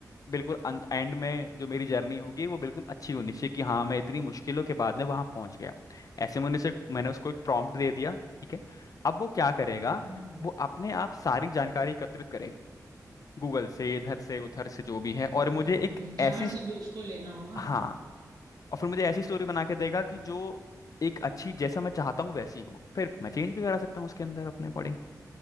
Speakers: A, on the left (about 60°); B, on the right (about 80°).
A: बिल्कुल अंत एंड में जो मेरी जर्नी होगी वो बिल्कुल अच्छी होनी चाहिए कि हाँ मैं इतनी मुश्किलों के बाद में वहां पहुंच गया ऐसे मैंने से मैंने उसको एक प्रॉम्प्ट दे दिया ठीक है अब वो क्या करेगा
B: हम्म हम्म,
A: वो अपने आप सारी जानकारी एकत्रित करेगा गूगल से इधर से उधर से जो भी है और
B: बिल्कुल
A: मुझे
B: बिल्कुल
A: एक ऐसी
B: जहां से भी उसको लेना होगा
A: हाँ
B: हाँ हाँ हाँ
A: और फिर मुझे ऐसी स्टोरी बना के देगा कि जो एक अच्छी जैसा मैं चाहता हूँ वैसी हो फिर मैं चेंज भी करा सकता हूँ उसके अंदर अपने अकॉर्डिंग